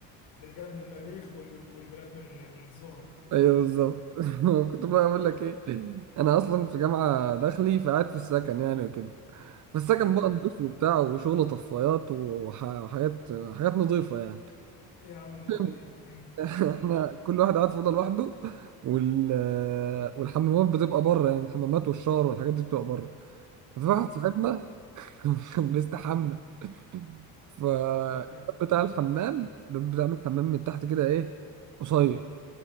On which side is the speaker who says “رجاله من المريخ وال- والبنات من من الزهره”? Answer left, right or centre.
Left